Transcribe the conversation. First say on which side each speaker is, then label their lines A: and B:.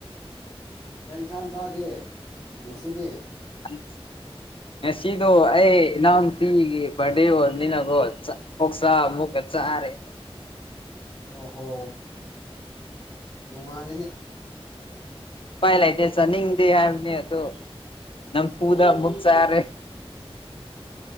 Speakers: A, on the left (about 40°); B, on the left (about 60°).
A: ꯑꯩ ꯏꯟꯁꯥꯡ ꯆꯥꯒꯦ ꯉꯁꯤꯗꯤ
B: ꯎꯝ ꯅꯁꯤꯗꯣ ꯑꯩ ꯏꯅꯥꯝ ꯄꯤꯒ ꯄꯗꯦꯣꯅꯤꯅꯒꯣꯠ ꯑꯣꯁ ꯃꯨꯛ ꯀꯦꯠ ꯆꯔꯦ
A: ꯑꯣ ꯍꯣ ꯅꯨꯡꯉꯥꯢ
B: ꯄꯥꯏ ꯂꯩꯇꯦ ꯆꯥꯅꯤꯡꯗꯦ ꯍꯥꯏꯕꯅꯦ ꯑꯗꯣ ꯅꯝ ꯐꯨꯗ ꯃꯨꯛ ꯆꯔꯦ